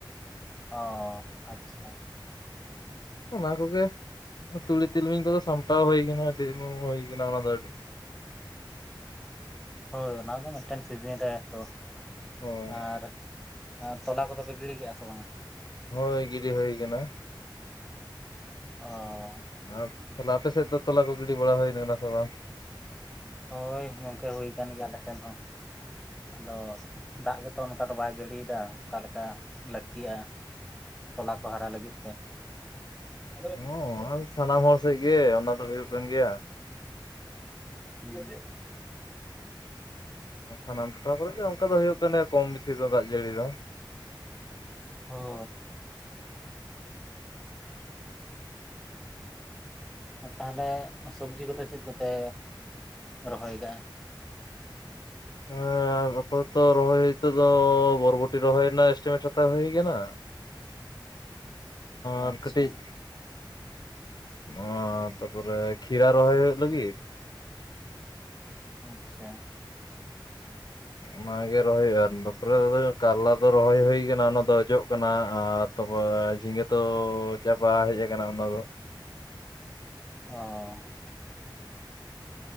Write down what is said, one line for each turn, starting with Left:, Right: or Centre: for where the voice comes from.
Centre: ᱚ ᱟᱪᱪᱷᱟ
Left: ᱚᱱᱟ ᱠᱚᱜᱮ ᱛᱩᱲᱤ ᱛᱤᱞᱢᱤᱧ ᱠᱚᱫᱚ ᱥᱟᱢᱴᱟᱣ ᱦᱩᱭ ᱟᱠᱟᱱᱟ, ᱟᱹᱰᱤ ᱦᱩᱭᱠ ᱚᱱᱟ ᱫᱚ ᱟᱹᱰᱤ
Centre: ᱦᱳᱭ ᱚᱱᱟ ᱫᱚ ᱢᱤᱫᱴᱮᱱ ᱥᱤᱡᱤᱱ ᱨᱮ ᱛᱚ᱾
Left: ᱦᱳᱭ
Centre: ᱟᱨ ᱛᱚᱞᱟ ᱠᱚᱫᱚᱯᱮ ᱜᱤᱰᱤ ᱠᱮᱜᱼᱟ ᱥᱮ ᱵᱟᱝᱟ?
Left: ᱦᱳᱭ ᱜᱤᱰᱤᱤ ᱦᱳᱭ ᱠᱟᱱᱟ᱾
Centre: ᱚ
Left: ᱟᱨ ᱛᱟᱦᱚᱞᱮ ᱟᱯᱮ ᱥᱮᱫ ᱫᱚ ᱛᱚᱞᱟ ᱠᱚ ᱜᱤᱰᱤ ᱵᱟᱲᱟ ᱦᱩᱭᱮᱱ ᱠᱟᱱᱟ ᱥᱮ ᱵᱟᱝ?
Centre: ᱦᱳᱭ ᱜᱚᱝᱠᱮ ᱦᱩᱭ ᱟᱠᱟᱱ ᱜᱮᱭᱟ ᱟᱞᱮ ᱥᱮᱱ ᱦᱚᱸ ᱟᱫᱚ ᱫᱟᱜ ᱜᱮᱛᱚ ᱚᱱᱠᱟ ᱫᱚ ᱵᱟᱭ ᱡᱟᱹᱲᱤᱭᱮᱫᱟ ᱚᱠᱟᱞᱮ ᱞᱮᱠᱟ ᱞᱟᱹᱠᱛᱤᱜᱼᱟ ᱭᱚᱞᱟ ᱠᱚ ᱦᱟᱨᱟ ᱞᱟᱹᱜᱤᱫ ᱛᱮ ᱦᱳᱭ
Left: ᱦᱚᱸ ᱚᱱᱟᱫᱚ ᱥᱴᱟᱢ ᱦᱚᱲ ᱥᱮ ᱵ ᱜᱮ ᱚᱱᱟ ᱫᱚ ᱦᱩᱭᱩᱜ ᱠᱟᱱ ᱜᱮᱭᱟ᱾
Centre: <unintelligible>
Left: ᱥᱟᱱᱟᱢ ᱴᱚᱴᱷᱟ ᱠᱚᱨᱮᱜ ᱜᱮ ᱚᱱᱠᱟ ᱫᱚ ᱦᱩᱭᱩᱜ ᱠᱟᱱᱟ ᱠᱚᱢ ᱵᱮᱥᱤ ᱫᱚ ᱫᱟᱜ ᱡᱟᱹᱲᱤ ᱫᱚ᱾
Centre: ᱦᱚᱭ <inaudible> ᱛᱟᱦᱚᱞᱮ ᱥᱚᱵᱽᱡᱤ ᱠᱚᱫᱚ ᱪᱮᱫ ᱠᱚᱯᱮ ᱨᱚᱦᱚᱭ ᱠᱟᱜᱼᱟ᱾
Left: ᱦᱮᱸ ᱜᱟᱯᱟ ᱛᱚ ᱨᱚᱦᱚᱭ ᱦᱚᱭ ᱛᱮ ᱫᱚ ᱵᱚᱨᱚᱵᱚᱴᱤ ᱨᱚᱦᱚᱭᱱᱟ ᱮᱥᱢᱮᱴ ᱼᱼ ᱦᱟᱛᱟᱣ ᱦᱩᱭ ᱟᱠᱟᱱᱟ
Centre: ᱟᱪᱪᱷᱟ
Left: ᱟᱨ ᱠᱟᱹᱴᱤᱡ ᱚ ᱛᱟᱯᱚᱨᱮ ᱠᱷᱤᱨᱟ ᱨᱚᱦᱚᱭ ᱦᱩᱭᱩᱜ ᱞᱟᱹᱜᱤᱫ
Centre: ᱟᱪᱪᱷᱟ
Left: ᱚᱱᱟᱜᱮ ᱨᱚᱦᱚᱭ ᱦᱩᱭᱩᱜᱼᱟ ᱛᱯᱚᱨᱮ ᱠᱟᱨᱞᱟ ᱫᱚ ᱨᱚᱦᱚᱭ ᱦᱩᱭ ᱠᱟᱱᱟ ᱚᱱᱟ ᱫᱚ ᱡᱚᱜ ᱠᱟᱱᱟ ᱟᱨ ᱛᱟᱯᱚᱨ ᱡᱷᱤᱸᱜᱟᱹ ᱛᱚ ᱪᱟᱯᱟ ᱦᱮᱡ ᱟᱠᱟᱱᱟ ᱚᱱᱟ ᱫᱚ᱾
Centre: ᱚ